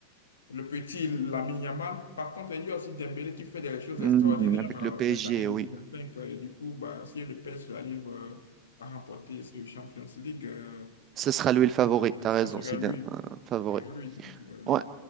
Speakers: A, on the left; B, on the right.
A: Le petit Lamine Yamal. Par contre, il y a aussi Dembélé qui fait des choses
B: Hmm,
A: extraordinaires
B: avec le
A: euh,
B: PSG,
A: cette année 2025.
B: oui.
A: euh, Et du coup, bah, si le PSG arrive euh, à remporter ce Champions League, euh,
B: Ce sera lui le favori, t'as
A: ça
B: raison,
A: serait
B: c'est
A: lui.
B: un favori.
A: Ça serait lui. Donc, euh,
B: Ouais.